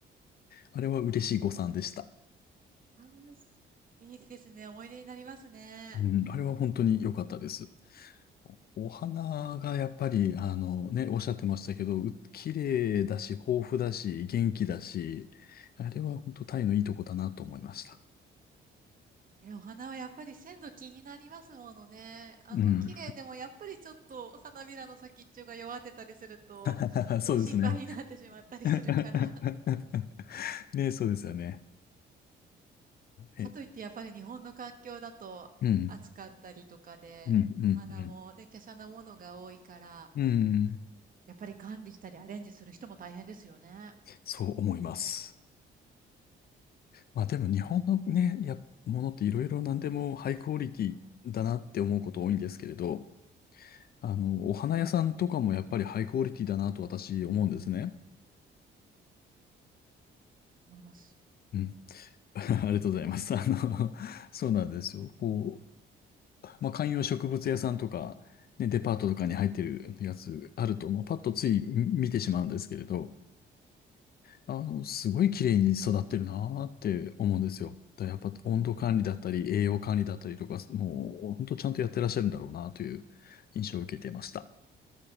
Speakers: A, on the left; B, on the right.
A: あれは嬉しい誤算でした。
B: あー、すいいですね。思い出になりますね。
A: うん、あれは本当に良かったです。お花がやっぱり、あのね、おっしゃってましたけど、う綺麗だし、豊富だし、元気だし、あれは本当タイのいいとこだなと思いました。
B: いやお花はやっぱり鮮度気になりますものね。あの、
A: うん。うん
B: 綺麗でもやっぱりちょっと花びらの先っちょが弱ってたりすると、
A: <laughs> そうですね。
B: ちょっと心配になってしまったりするから。
A: <laughs> ね、そうですよね。
B: かといってやっぱり日本の環境だと暑かったりとかで、
A: え、うん、うん、うん、
B: お花もね、
A: うん。
B: 華奢なものが多いから、
A: うん
B: やっぱり管理したりアレンジする人も大変ですよね。
A: そう思います。まあでも日本のね、や、ものっていろいろ何でもハイクオリティだなって思うこと多いんですけれど、あの、お花屋さんとかもやっぱりハイクオリティだなと私思うんですね。
B: 思います。
A: うん。<laughs> ありがとうございます。あの、<laughs> そうなんですよ。こう、まあ、観葉植物屋さんとか、ね、デパートとかに入ってるやつあると、まあ、パッとつい見てしまうんですけれど、あの、すごい綺麗に育ってるなーって思うんですよ。だからやっぱ温度管理だったり、栄養管理だったりとか、もう本当ちゃんとやってらっしゃるんだろうなという印象を受けていました。